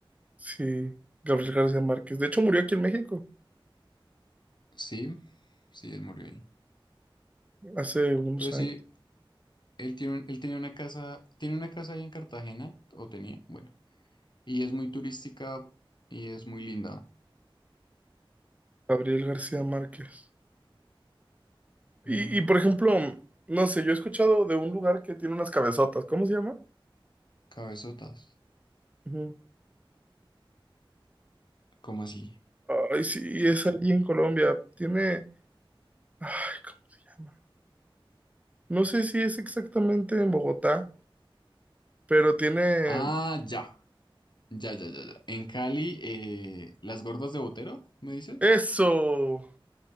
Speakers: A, on the right; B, on the left.
A: Sí, Gabriel García Márquez. De hecho, murió aquí en México
B: Sí, sí, él murió ahí.
A: hace unos
B: Pero sí,
A: años.
B: él tiene, un- él tenía una casa, tiene una casa ahí en Cartagena, o tenía, bueno, y es muy turística y es muy linda.
A: Gabriel García Márquez.
B: Ujú.
A: Y, y, por ejemplo, no sé, yo he escuchado de un lugar que tiene unas cabezotas. ¿Cómo se llama?
B: Cabezotas.
A: Ujú.
B: ¿Cómo así?
A: Ay, sí, es allí en Colombia. Tiene. Ay, ¿cómo se llama? No sé si es exactamente en Bogotá, pero tiene.
B: Ah, ya. Ya, ya, ya, ya. En Cali, eh, las gordas de Botero, ¿me dices?
A: ¡Eso!